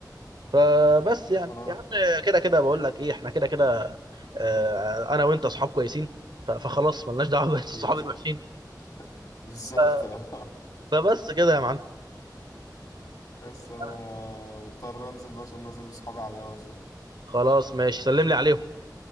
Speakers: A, on the right; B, on the left.
A: فبس يعني
B: انا
A: يا عم كده كده بقول لك ايه احنا كده كده آه، انا وانت اصحاب كويسين ف- فخلاص ملناش دعوه <laughs> بقية
B: اكيد
A: الصحاب الوحشين
B: <laughs> بالظبط
A: ف-
B: اه
A: فبس كده يا معلم
B: بس
A: طب
B: انا
A: انا
B: مضطر انزل بقى عشان نازل لاصحابي على القهوه شويه
A: خلاص ماشي سلم لي عليهم